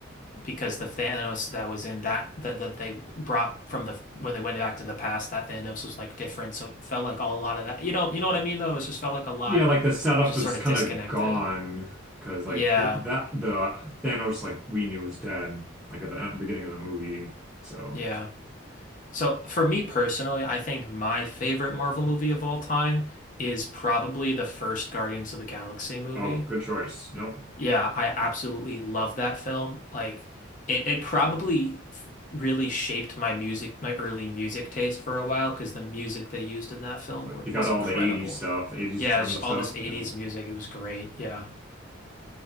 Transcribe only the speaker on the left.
because the Thanos that was in that that that they brought from the when they went back to the past that Thanos was like different so it felt like all a lot of that you know you know what I mean though it just felt like a lot
was just
sort of
disconnected
yeah
yeah so for me personally I think my favorite Marvel movie of all time is probably the first Guardians of the Galaxy movie
Yeah, I absolutely love that film. Like it it probably f- really shaped my music, my early music taste for a while because the music they used in that film
were,
was
incredible.
Yeah,
it was all
this 80s
music. It was great. Yeah.